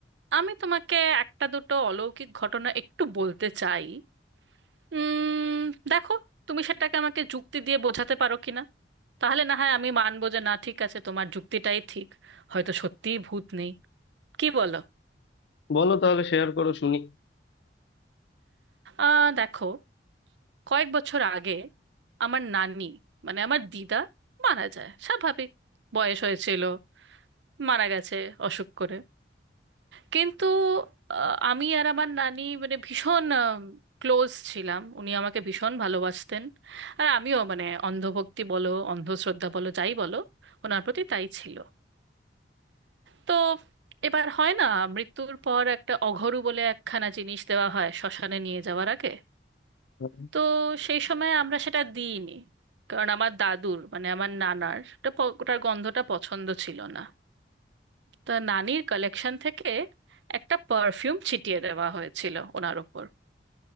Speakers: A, on the right (about 85°); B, on the left (about 70°).
A: আমি তোমাকে একটা দুটো অলৌকিক ঘটনা একটু বলতে চাই উম দেখো তুমি সেটাকে আমাকে যুক্তি দিয়ে বোঝাতে পারো কিনা তাহলে না হয় আমি মানবো যে না ঠিক আছে তোমার যুক্তিটাই ঠিক হয়তো সত্যিই ভূত নেই কি বলো
B: বলো তাহলে শেয়ার করো শুনি
A: আহ দেখো কয়েক বছর আগে আমার নানি মানে আমার দিদা মারা যায় স্বাভাবিক বয়স হয়েছিল মারা গেছে অসুখ করে কিন্তু আহ, আমি আর আমার নানি মানে ভীষণ ক্লোজ ছিলাম উনি আমাকে ভীষণ ভালোবাসতেন আর আমিও মানে অন্ধভক্তি বলো অন্ধশ্রদ্ধা বলো যাই বলো ওনার প্রতি তাই ছিল তো এবার হয় না মৃত্যুর পর একটা অঘরু বলে একখানা জিনিস দেওয়া হয় শ্মশানে নিয়ে যাওয়ার আগে
B: হুম।
A: তো সেই সময় আমরা সেটা দিইনি কারণ আমার দাদুর মানে আমার নানার ওটা প- ওটার গন্ধটা পছন্দ ছিল না তা নানির কালেকশন থেকে একটা পারফিউম ছিটিয়ে দেওয়া হয়েছিল ওনার ওপর